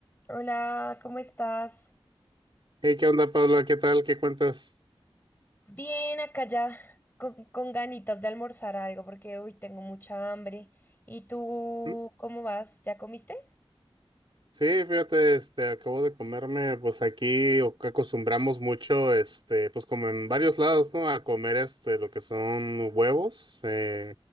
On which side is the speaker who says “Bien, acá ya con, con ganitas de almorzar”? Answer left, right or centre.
Left